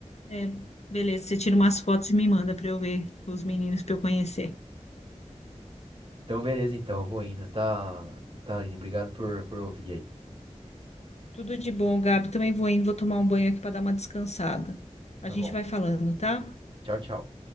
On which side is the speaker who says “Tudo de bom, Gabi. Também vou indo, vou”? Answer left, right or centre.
Left